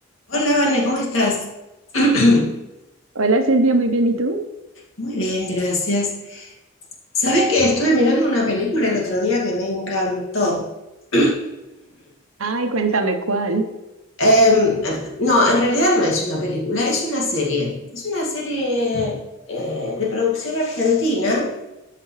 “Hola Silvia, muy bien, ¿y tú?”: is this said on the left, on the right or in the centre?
Right